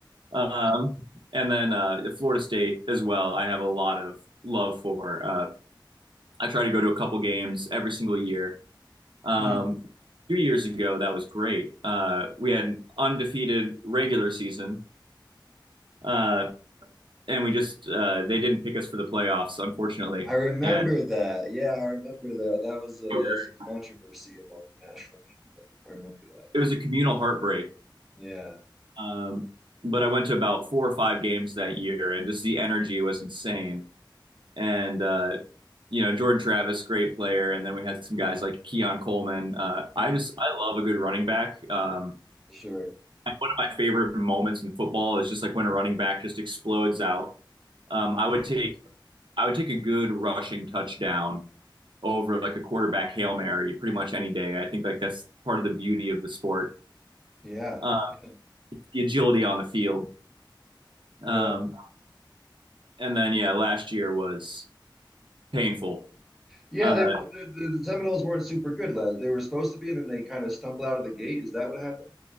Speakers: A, on the right (about 75°); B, in the centre.
A: Um, and then uh, Florida State as well, I have a lot of love for. Uh, I try to go to a couple games every single year. Um,
B: Mm.
A: two years ago, that was great. Uh, we had an undefeated regular season, uh, and we just uh, they didn't pick us for the playoffs, unfortunately,
B: I remember
A: and
B: that. Yeah, I remember that. That was a that
A: we were-
B: was a controversy among the national media. I remember that.
A: it was a communal heartbreak.
B: Yeah.
A: Um, but I went to about four or five games that year, and just the energy was insane. And uh, you know, Jordan Travis, great player, and then we had some guys like Keon Coleman. Uh,
B: Mm.
A: I just I love a good running back. Um,
B: Sure.
A: like, One of my favorite moments in football is just like when a running back just explodes out. Um, I would
B: Yeah.
A: take I would take a good rushing touchdown over like a quarterback Hail Mary pretty much any day. I think like that's part of the beauty of the sport.
B: Yeah.
A: Uh,
B: Yeah.
A: it's the agility on the field. Um,
B: Yeah.
A: and then yeah, last year was painful.
B: Yeah,
A: Uh,
B: they the, the Seminoles weren't super good. Lad. They were supposed to be, and then they kind of stumbled out of the gate. Is that what happened?